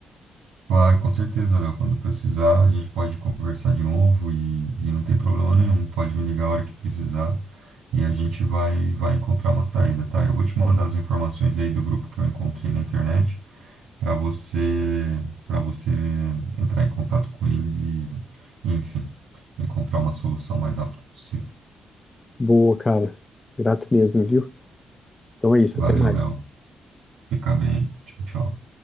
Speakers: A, on the right (about 85°); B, on the left (about 30°).
A: Claro, com certeza, Léo. Quando precisar, a gente pode conversar de novo e, e não tem problema nenhum. Pode me ligar a hora que precisar e a gente vai, vai encontrar uma saída, tá? Eu vou te mandar as informações aí do grupo que eu encontrei na internet. para você para você entrar em contato com eles e, enfim, encontrar uma solução mais rápido possível.
B: Boa, cara. Grato mesmo, viu? Então é isso,
A: Valeu,
B: até mais.
A: Léo. Fica bem. Tchau, tchau.